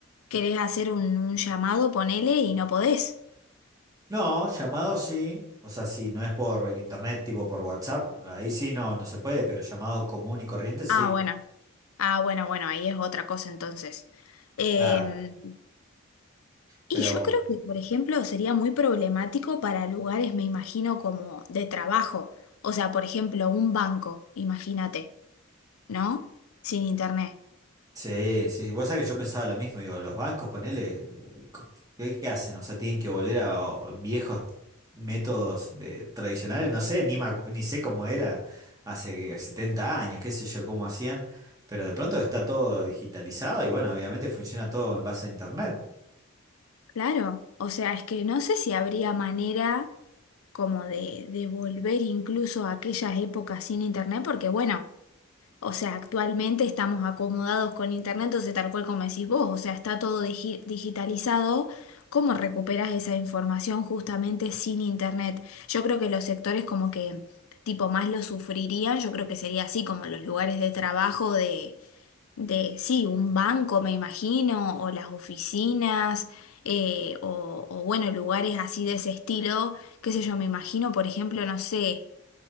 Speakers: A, on the left; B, on the right.
A: querés hacer un, un llamado, ponele y no podés.
B: No, llamado sí. O sea, si no es por internet, tipo por WhatsApp, ahí sí no, no se puede, pero llamado común y corriente sí,
A: Ah, bueno. Ah, bueno, bueno, ahí es otra cosa entonces. Eh,
B: claro. Pero
A: y yo creo que, por ejemplo, sería muy problemático para lugares, me imagino, como de trabajo. O sea, por ejemplo, un banco, imagínate, ¿no? Sin internet.
B: sí, sí, sí, vos sabés que yo pensaba lo mismo, digo, los bancos, ponele, eh, co- ¿qué, qué hacen? O sea, tienen que volver a o, viejos métodos de, tradicionales, no sé, ni, me acu- ni sé cómo era hace 70 años, qué sé yo, cómo hacían, pero de pronto está todo digitalizado y bueno, obviamente funciona todo en base a internet.
A: Claro. O sea, es que no sé si habría manera. como de, de volver incluso a aquellas épocas sin internet, porque bueno, o sea, actualmente estamos acomodados con internet, entonces tal cual como decís vos, o sea, está todo digi- digitalizado. ¿Cómo recuperas esa información justamente sin internet? Yo creo que los sectores como que tipo más lo sufrirían, yo creo que sería así como los lugares de trabajo de de, sí, un banco, me imagino, o las oficinas, eh, o, o, bueno, lugares así de ese estilo, qué sé yo, me imagino, por ejemplo, no sé,